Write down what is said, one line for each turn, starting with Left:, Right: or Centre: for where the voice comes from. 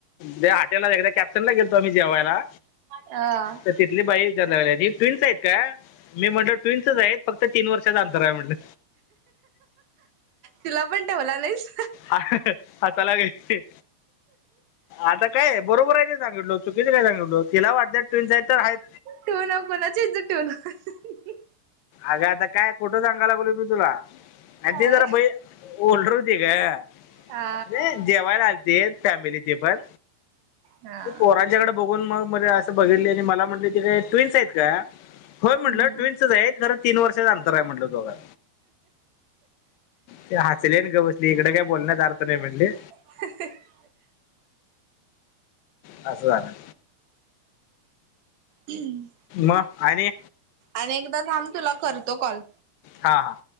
Left: दे हॉटेला एक कॅप्टन ला गेलो आम्ही जेवायला
Right: आ..
Left: तर तिथली बाई विचार लागलीी ट्विन्स आहेत का मी म्हटलं ट्विन्सच आहेत. फक्त तीन वर्षाच अंतर आहे म्हटलं.
Right: तिला पण ठेवला नाहीस.
Left: हसाया लागली ती. आता काय बरोबर आहे ते सांगितलो चुकीच काय सांगितलो तिला वाटत ट्विनस तर आहेत.
Right: तुन कोणाचीच इजत ठेवु नको.
Left: अगे आता काय खोठं सांगायला बोल मी तुला अग
Right: काय
Left: ती जरा बाई उलढर होती ग
Right: हा
Left: जवायला आ ते फॅमिली ते पण
Right: हा
Left: पोरांच्याकडे बघून मग अस बघित आणि मला म्हट तथडे ट्विन्स आहेत का होय म्हटलं
Right: हम्म.
Left: ट्विन्सच आहेत जर तीन वर्षाच अंतर आहे म्हटलं दोघां ते हसले ग बसली इकडे काय बोलण्यास अर्थ नाही म्हणले
Right: ह
Left: असं झालं
Right: हम्म
Left: म आहेनी
Right: आणि एकदा ांब तुला करतो कॉल
Left: हा हा